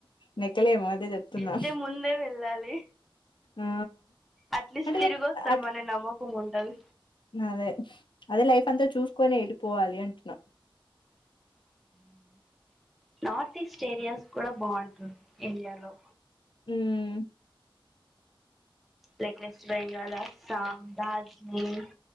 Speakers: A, on the left (about 60°); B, in the centre.
A: నెక్కలేము అదే చెప్తున్నా
B: ఎళ్తే ముందే వెళ్ళాలి
A: ఆ
B: అట్లీస్ట్
A: అంటే
B: తిరిగి
A: లైక్
B: వస్తమనే
A: అట్
B: నమ్మకం ఉంటది
A: అదే అదే లైఫ్ అంతా చూసుకొని ఎటు పోవాలి అంటున్న
B: మ్ నార్త్ ఈస్ట్ ఏరియాస్ కూడా బాగుంటుంది ఇండియాలో
A: హ్మ్ఁ
B: like west Bengal Assam Darjeeling